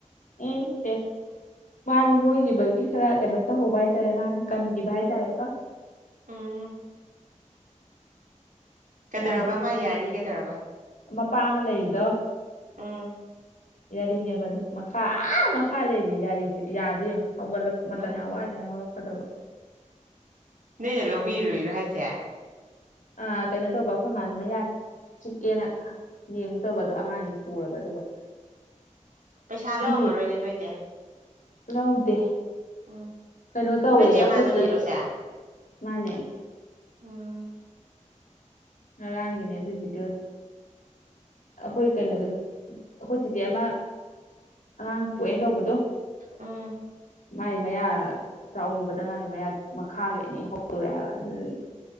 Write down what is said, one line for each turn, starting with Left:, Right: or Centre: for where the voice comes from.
Left: ꯎꯝ ꯑꯦꯁ ꯃꯥꯗꯣ ꯅꯣꯏꯒꯤꯈꯤꯕꯒꯤ ꯈꯔ ꯀꯩꯅꯣ ꯇꯧꯍꯧꯕ ꯍꯥꯏꯇꯥꯔꯦ ꯃꯥꯅ ꯀꯟꯈꯤꯕ ꯍꯥꯏꯇꯥꯔꯦꯀꯣ
Right: ꯎꯝ ꯀꯩꯗꯧꯔꯕ
Left: ꯌꯥꯗꯦꯅꯦ
Right: ꯃꯥ ꯌꯥꯔꯤ ꯀꯩꯗꯧꯔꯕ
Left: ꯃꯄꯥ ꯑꯃ ꯂꯩꯗꯣ
Right: ꯎꯝ
Left: ꯌꯥꯔꯤꯅꯦꯕ ꯑꯗꯣ ꯃꯈꯥ ꯃꯈꯥ ꯂꯩꯔꯤ ꯌꯥꯔꯤ ꯌꯥꯗꯣ ꯌꯦꯡꯉꯨ ꯍꯧꯒꯠꯂꯛ ꯃꯇꯝ
Right: ꯎꯝ
Left: ꯌꯥꯝ ꯋꯥꯠꯂꯦ ꯍꯧꯔꯛꯀꯗꯧꯕ
Right: ꯅꯅꯦ ꯂꯧꯕꯤꯔꯨꯏꯔꯣ ꯍꯥꯏꯁꯦ
Left: ꯑ ꯀꯩꯅꯣ ꯇꯧꯕ ꯑꯩꯈꯣꯏ ꯃꯥ ꯑꯗꯨꯃ ꯌꯥꯦ ꯆꯤꯛꯑꯦꯅ ꯌꯦꯡꯕ ꯇꯧꯕ ꯑꯗꯣ ꯑꯉꯥꯡꯁꯤ ꯄꯨꯔꯕ ꯑꯗꯨꯒ
Right: ꯄꯩꯁꯥ
Left: ꯃꯤ
Right: ꯂꯧꯔꯝꯃꯔꯣꯏꯅꯦ ꯅꯣꯏꯗꯤ
Left: ꯂꯧꯗꯦ
Right: ꯎꯝ
Left: ꯀꯩꯅꯣ ꯇꯧꯋꯦ
Right: ꯅꯣꯏ ꯆꯦ
Left: ꯑꯩꯈꯣꯏꯁꯦ
Right: ꯃꯥꯗꯣ ꯅꯠꯇ꯭ꯔꯣ ꯁꯦ
Left: ꯃꯥꯅꯦ
Right: ꯎꯝ
Left: ꯉꯔꯥꯡꯒꯤꯅꯦ ꯑꯗꯨꯏ ꯕꯤꯗꯤꯌꯣꯗꯣ ꯑꯩꯈꯣꯏ ꯀꯩꯅꯣꯗꯣ ꯑꯩꯈꯣꯏ ꯇꯤꯆꯦ ꯑꯃ ꯑꯉꯥꯡ ꯄꯣꯛꯑꯦꯅ ꯇꯧꯕꯗꯣ
Right: ꯎꯝ
Left: ꯃꯥꯗꯤ ꯃꯌꯥ ꯆꯥꯛꯎꯕꯗ ꯉꯥꯏꯜꯂꯤ ꯃꯌꯥ ꯃꯈꯥꯒꯤ ꯑꯅꯤ ꯍꯧꯗꯣꯔꯛꯑꯦꯕ ꯑꯗꯨꯗꯒꯤ